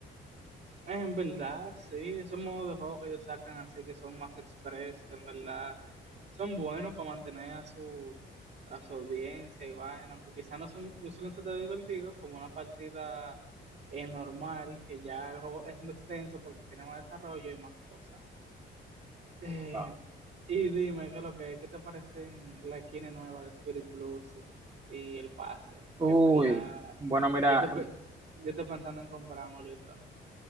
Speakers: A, on the right (about 70°); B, on the right (about 25°).
A: En verdad, sí, esos modos de juego que ellos sacan así que son más express, en verdad, son buenos para mantener a su, a su audiencia y vaina, aunque quizás no son no suelen ser tan divertidos como una partida eh, normal, que ya el juego es muy extenso porque tiene más desarrollo y más cosas. Eh,
B: Ah,
A: y dime, ¿qué, es lo que, qué te parecen la esquina nueva de Spirit Blossom y el pase?
B: Uy,
A: Que en verdad,
B: bueno, mira,
A: yo te, pe- yo estoy pensando en comprármelo y todo.